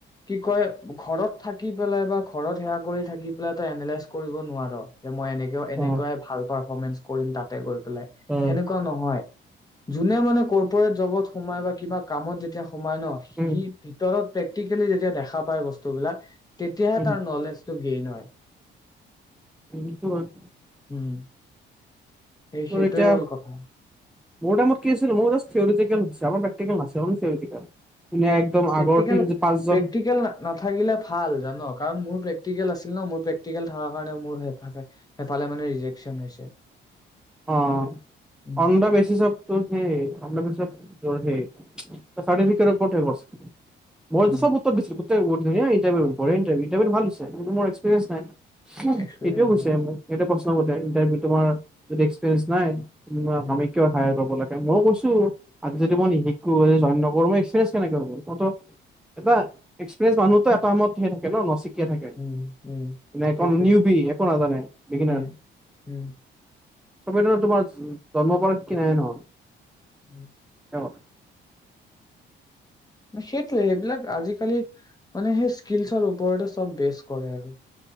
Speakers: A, on the left; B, in the centre.
A: কি কয়! ঘৰত থাকি পেলাই বা ঘৰত সেয়া কৰি থাকি পেলাই, তই এনালাইজ কৰিব নোৱাৰ। যে মই এনেকেও, এনেকুৱাই
B: অ
A: ভাল পাম। পাৰফৰ্মেন্ঞ্চ কৰিম তাতে গৈ পেলাই,
B: অ
A: সেনেকুৱাও নহয়। যোনে মানে ক'ৰ্পৰেট জবত সোমাই বা কিবা কামত যেতিয়া সোমাই ন সি
B: উম
A: ভিতৰত প্ৰেক্টিকেলি যেতিয়া দেখা পায় বস্তুবিলাক তেতিয়াহে
B: উম
A: তাৰ নলেজ টো গেইন হয়।
B: এইটো মানো
A: উম। এই, সেইটোৱে
B: এতিয়া
A: হ'ল কথা।
B: মোৰ টাইমত কি আছিল মোৰ জ্যাষ্ট থিয়ৰিটিকেল সুধিছে। আমাৰ প্ৰেকটিকেল নাছিল, অনলি থিয়ৰিটিকেল। ধুনীয়া একদম
A: প্ৰেক্টিকেল
B: আগৰ তিন পাঁচজন
A: প্ৰেক্টিকেল নাথাকিলে ভাল জান কাৰণ মোৰ প্ৰ্ট তিকেল আছিল ন মোৰ প্ৰেকটিকেল থক কাৰণে মোৰ হেফালে মানে ৰেজেকচন হৈছে
B: অ
A: উম
B: অণ্ডা বেছি চব ত অ বি চাৰিফিকেট কটেকছ। মইতো
A: উম
B: চব উত্তৰ দিছিলোঁ। ধুনীয়া ইণ্টাৰভিউ বঢ়িয়া ইণ্টাৰভিউ ভাল হৈছে কিন্তু মোৰ এক্পৰিয়েঞ্চ নাই
A: এক্সপিৰিয়েঞ্চ
B: সটোয়ে কৈছে
A: নাই আৰু।
B: মোৰ এইটো প্ৰশ্ন ইণ্টাৰভিউ তোমাৰ এক্সপিৰিন্ নাই উ
A: উম
B: আমি কিয় সহায় কৰিব লাগে মইও কৈছো আজি যদি মই নিশিকো জইন নকৰো মই এক্সপিৰিয়ঞ্চ কেনেকে হ'ব মইো এটা এক্সপিৰিয়েঞ্চ মানুহতো এটাত থাকে ন থাকে
A: উম উম
B: মে
A: সেইটোৱে
B: নিউ বি একো নাজানে বিগিনাৰ
A: উম উম
B: ছবি ধ তোমাৰ জন্ম পাৰ কি নাইে নহয়
A: উম
B: অ
A: সেইটোৱে সেইবিলাক আজিকালি মানে সেই স্কিলচৰ ওপৰতে চব বেচ কৰে আৰু